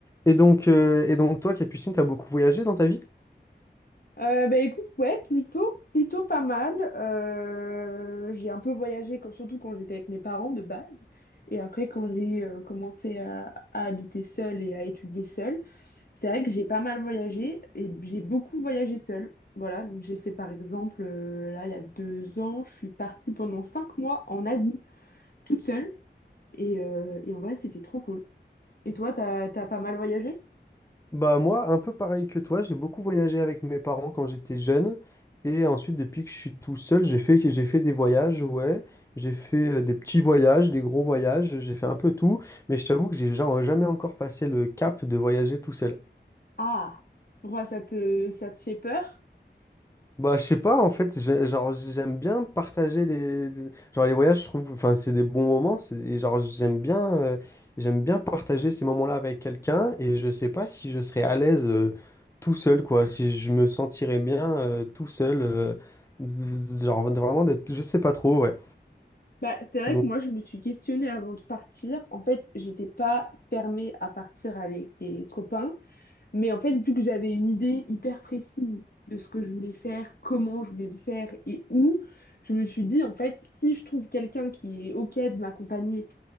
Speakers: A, on the left (about 15°); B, on the left (about 55°).
A: Et donc, euh, et donc toi, Capucine, t'as beaucoup voyagé dans ta vie?
B: Euh, bah, écoute, ouais, plutôt, plutôt pas mal. Euh, j'ai un peu voyagé, comme, surtout quand j'étais avec mes parents de base. Et après, quand j'ai euh, commencé à, à habiter seule et à étudier seule, c'est vrai que j'ai pas mal voyagé et j'ai beaucoup voyagé seule. Voilà, donc j'ai fait par exemple, euh, là, il y a deux ans, je suis partie pendant cinq mois en Asie, toute seule. Et, euh, et en vrai, c'était trop cool. Et toi, t'as, t'as pas mal voyagé?
A: Bah moi, un peu pareil que toi, j'ai beaucoup voyagé avec mes parents quand j'étais jeune. Et ensuite, depuis que je suis tout seul, j'ai fait, j'ai fait des voyages, ouais. J'ai fait euh, des petits voyages, des gros voyages, j'ai fait un peu tout. Mais je t'avoue que j'ai ja- jamais encore passé le cap de voyager tout seul.
B: Ah, pourquoi ça te, ça te fait peur?
A: Bah, je sais pas, en fait, j'ai- genre, j'aime bien partager les, genre, les voyages, je trouve, enfin, c'est des bons moments, c'est, et genre, j'aime bien, euh, j'aime bien partager ces moments-là avec quelqu'un, et je sais pas si je serais à l'aise euh, tout seul, quoi, si je me sentirais bien euh, tout seul, euh, genre, vraiment d'être, je sais pas trop, ouais.
B: Bah, c'est vrai
A: Donc,
B: que moi, je me suis questionnée avant de partir. En fait, j'étais pas fermée à partir avec des copains, mais en fait, vu que j'avais une idée hyper précise de ce que je voulais faire, comment je voulais le faire et où, je me suis dit, en fait, si je trouve quelqu'un qui est OK de m'accompagner,